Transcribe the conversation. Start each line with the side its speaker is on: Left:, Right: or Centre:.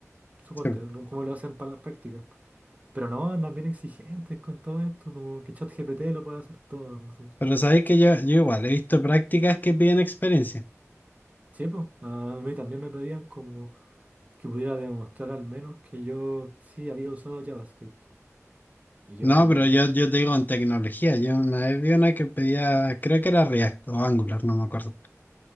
Right: Suponte,
Left: Sí. pues.
Right: lo- como lo hacen para las prácticas. pues. Pero no, andan bien exigentes con todo esto, como que ChatGPT lo puede hacer todo, no sé.
Left: Pero sabéis que yo, yo igual he visto prácticas que piden experiencia.
Right: Sí, pues, a mí también me pedían como que pudiera demostrar al menos que yo sí había usado JavaScript. Y yo
Left: No,
Right: como,
Left: pero yo, yo te digo en tecnología. Yo una vez vi una que pedía, creo que era React o Angular, no me acuerdo.